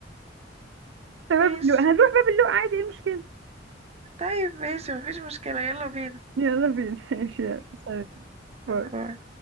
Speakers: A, on the right; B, on the right.
A: في باب
B: ماشي
A: اللوق هنروح باب اللوق عادي ايه المشكله
B: طيب ماشي مفيش مشكلة يلا بينا
A: يلا بينا <laughs> ماشي، يلا. باي
B: يلا.